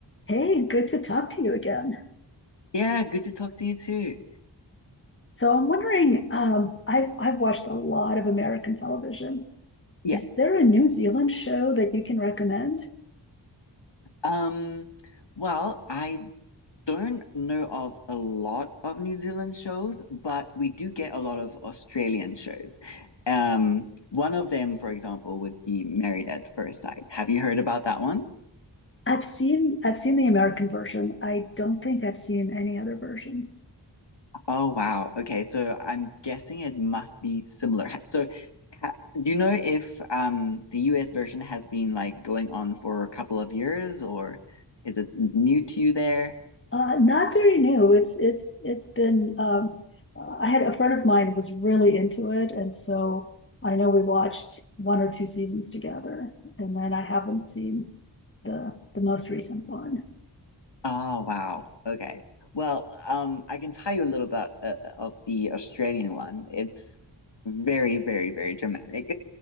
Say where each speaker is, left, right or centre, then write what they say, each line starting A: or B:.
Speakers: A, on the left; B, on the left.
A: Hey, good to talk to you again.
B: Yeah, good to talk to you too.
A: So I'm wondering, um, I've I've watched a lot of American television.
B: Yeah.
A: Is there a New Zealand show that you can recommend?
B: Um, well, I don't know of a lot of New Zealand shows, but we do get a lot of Australian shows. Um, one of them, for example, would be Married at First Sight. Have you heard about that one?
A: I've seen I've seen the American version. I don't think I've seen any other version.
B: Oh, wow. Okay, so I'm guessing it must be similar. Ha- So, ha do you know if um the US version has been like going on for a couple of years, or is it n- new to you there?
A: Uh, not very new. It's it's it's been. Um, uh, I had a friend of mine was really into it, and so I know we watched one or two seasons together, and then I haven't seen the the most recent one.
B: Oh, wow. Okay. Well, um, I can tell you a little about uh, uh, of the Australian one. It's very, very, very dramatic.